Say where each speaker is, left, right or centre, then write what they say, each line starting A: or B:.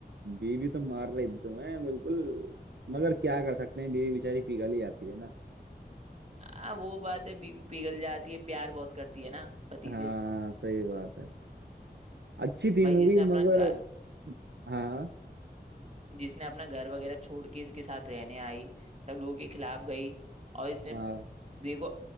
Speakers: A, on the right; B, on the right.
A: बीवी तो मार रही थी तुम्हें बिल्कुल मगर क्या कर सकते हैं बीवी बेचारी पिघल ही जाती है ना
B: हाँ वो बात है बीवी पिघल जाती है प्यार बहुत करती है ना पति
A: हाँ
B: से
A: सही बात है अच्छी थी
B: भाई जिसने
A: मूवी
B: अपना
A: मगर
B: गा-
A: हाँ
B: जिसने अपना घर वगैरह छोड़ के इसके साथ रहने आई सब लोगों के खिलाफ गई और इसने
A: हाँ
B: देखो